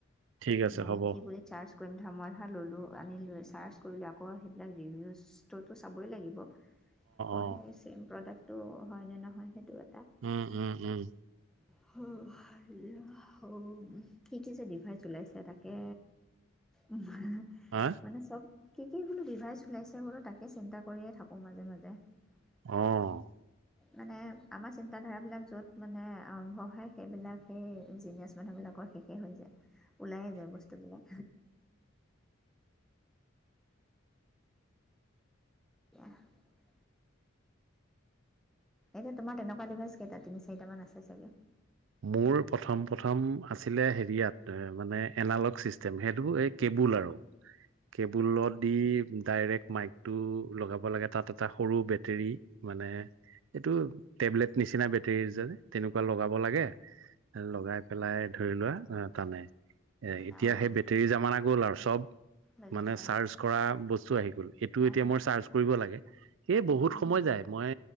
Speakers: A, on the right; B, in the centre.
A: ঠিক আছে
B: মানে
A: হ'ব
B: কি
A: অ',
B: বুলি চাচ কৰিম ধৰা মই ধৰা বুলি ল'লে চাৰ্চ কৰিলে আকৌ সেইবিলাক ৰিভিউজটোতো চাবই লাগিব আকৌ
A: অ',
B: সেই চেম প্ৰডাক্ট তো হয়নে, নহয় সেইটো এটা
A: উম, উম, উম,
B: <unintelligible> কি, কিডিভাইছ ওলাইছে তাকে উম,
A: হা
B: মানে চব কি, কি বোলো ডিভাইচ ওলাইছে বোলো তাকে চিন্তা কৰিয়ে থাকোঁ মাজে মাজে <unintelligible>
A: অহ
B: মানে আমাৰ চিন্তাধাৰাবিলাক য'ত মানে আৰম্ভ হয় সেইবিলাক সেই জিনয়ছ মানুহবিলাক শেষেই হৈ যায় ওলায়ে যায় বস্তুবিলাক <unintelligible> এতিয়া তোমাৰ তেনেকুৱা ডিভাইচ কে এটা তিনি চাৰিটামান আছে চাগে
A: মোৰ প্ৰথম, প্ৰথম আছিলে হেৰিয়াত মানে এনালগ চিষ্টেম সেইটোৰ এই কেবুল আৰু কেবুলত দি ডাইৰেক্ট মাইক টো লগাব লাগে তাত এটা সৰু বেটেৰী মানে এইটো টেবলেট নিচিনা বেটেৰী যে তেনেকুৱা লগাব লাগে লগাই পেলাই ধৰি লোৱা টানে এ এতিয়া
B: অঁ
A: সেই বেটেৰী জামানা গল আৰু চব
B: বুজিছোঁ
A: মানে
B: আৰু
A: চাৰ্চ কৰা বস্তু আহি গ'ল এইটো
B: আহি
A: এতিয়া মই চাৰ্চ কৰিব লাগে সেই
B: গ'ল
A: বহুত সময় য মই